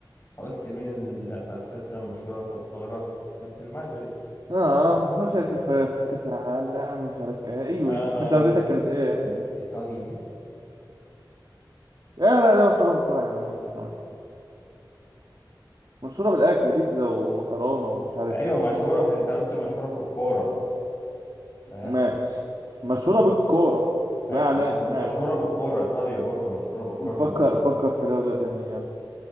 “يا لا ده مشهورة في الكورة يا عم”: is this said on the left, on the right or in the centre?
Right